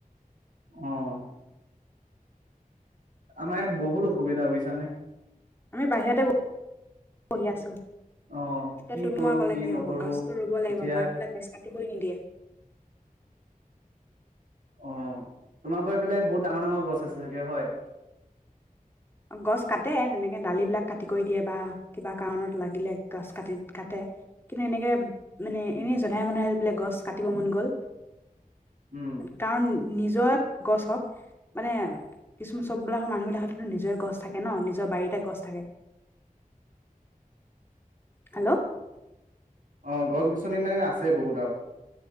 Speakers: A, on the right; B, on the left.
A: অহ আমাৰ ইয়াত বহুত অসুবিধা বুইছানে।
B: আমি বাহিৰতে বহি আছো। এতিয়া
A: অ', কি
B: তুমি
A: কৰো
B: মই ক'লে কি
A: নকৰো
B: হ'ব, গছটো ৰুব লাগিব
A: এতিয়া
B: আমাৰ এইফালে গছ কাটিবই নিদিয়ে।
A: অহ, তোমালোকৰ এইফালে বহুত ডাঙৰ ডাঙৰ গছ আছে চাগে হয়?
B: গছ কাটে তেনেকে ডালি বিলাক কাটি কৰি দিয়ে বা কিবা কাৰণত লাগিলে গছ কাটি কাটে, কিন্তু এনেকে মানে
A: উম,
B: এনেই জধাই মধাই গছ কাটিব মন গ'ল
A: উম,
B: কাৰণ নিজৰ গছ হক, মানে কিছু চববিলাকৰ মানুহ বিলাক হাততো নিজে গছ থাকে নহ নিজৰ বাৰীতে গছ থাকে। হেল্ল'।
A: অহ গছ গছনি <unintelligible> আছে বহুত আৰু।